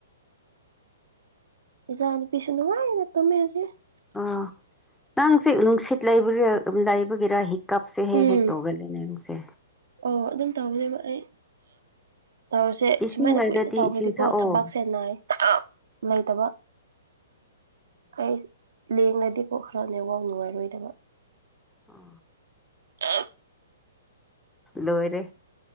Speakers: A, on the right; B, in the centre.
A: ꯖꯥꯅꯤ ꯄꯁꯨꯅꯅꯨꯡꯉꯥꯏꯅ ꯇꯃꯦꯖꯤꯦ
B: ꯑꯣ ꯅꯪꯁ ꯅꯨꯡꯁꯤꯠ ꯂꯩꯕ ꯂꯩꯕꯒꯤꯔꯥ ꯍ ꯍꯤꯀꯞꯁꯦ ꯍꯦꯛ
A: ꯎꯝ
B: ꯍꯦꯛ ꯇꯧꯒꯜꯂꯤꯅꯦ ꯅꯁꯦ
A: ꯑꯣ ꯑꯗꯨꯝ ꯇꯧꯖꯕ ꯑꯩ ꯇꯧꯔꯁꯦ
B: ꯏꯁꯤꯡ
A: ꯁꯨꯃꯥꯏꯅ
B: ꯂꯩꯔꯗꯤ
A: ꯀꯨꯏꯅ ꯇꯧꯈ꯭ꯔꯗꯤꯀꯣ
B: ꯏꯁꯤꯡ ꯊꯛꯑꯣ
A: ꯊꯕꯥꯛ ꯁꯦ ꯅꯥꯏ ꯂꯩꯇꯕ ꯑꯩ ꯂꯦꯡꯉꯗꯤꯀꯣ ꯈꯔꯅꯦꯋ ꯅꯨꯡꯉꯥꯏꯔꯣꯏꯗꯕ
B: ꯑ
A: ꯑ
B: ꯂꯔꯦ